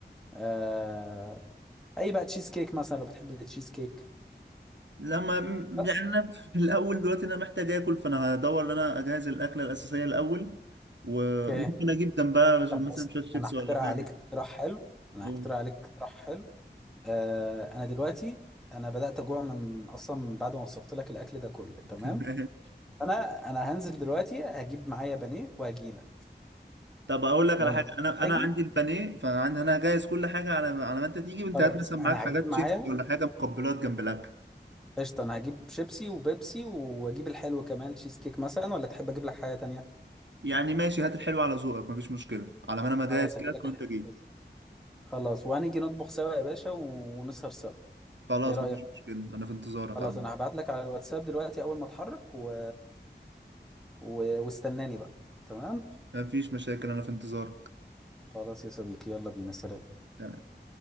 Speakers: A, in the centre; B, on the right (about 80°).
A: آه اي بقى تشيز كيك مثلا لو بتحب التشيز كيك
B: لما
A: بس
B: يعني انا في الاول دلوقتي انا محتاج اكل فانا هدور ان انا اجهز الاكله الاساسيه الاول وممكن
A: اوكي
B: اجيب جنبها ش-
A: طب
B: مثلا
A: بص
B: شويه شيبسي
A: انا هقترح
B: ولا
A: عليك
B: حاجه
A: اقتراح حلو انا
B: ممكن.
A: هقترح عليك اقتراح حلو آه انا دلوقتي انا بدات اجوع من اصلا بعد ما وصفت لك الاكل ده كله تمام
B: تمام.
A: انا انا هنزل دلوقتي هجيب معايا بانيه وهجيلك
B: <laughs> طب اقول لك
A: ون-
B: على حاجه انا
A: واجي
B: انا عندي البانيه فانا انا هجهز كل حاجه على على ما انت تيجي وانت
A: خلاص
B: هات مثلا معاك
A: انا
B: حاجات
A: هجيب معايا
B: شيبسي ولا حاجه مقبلات جنب الاكل
A: قشطة أنا هجيب شيبسي وبيبسي وأجيب الحلو كمان تشيز كيك مثلا ولا تحب أجيب لك حاجة تانية؟
B: يعني ماشي هات الحلو على ذوقك مفيش مشكله على ما انا مجهز
A: خلاص
B: كده
A: هجيب لك
B: وانت
A: الحلو
B: جاي
A: لازم. خلاص وهنيجي نطبخ سوا يا باشا و- ونسهر سوا
B: خلاص
A: إيه رأيك؟
B: مفيش مشكلة أنا في انتظارك
A: خلاص
B: عم
A: أنا هبعت لك على الواتساب دلوقتي أول ما أتحرك و... و... واستناني بقى تمام؟
B: مفيش مشاكل أنا في انتظارك
A: خلاص يا صديقي يلا بينا سلام
B: تمام